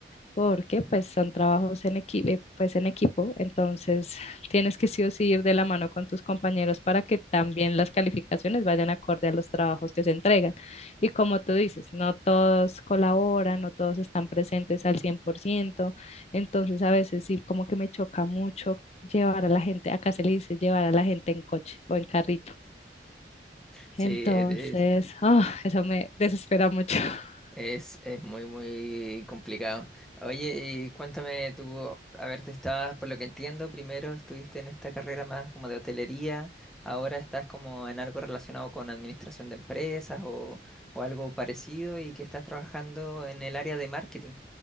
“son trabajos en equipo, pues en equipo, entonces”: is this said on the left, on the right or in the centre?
Left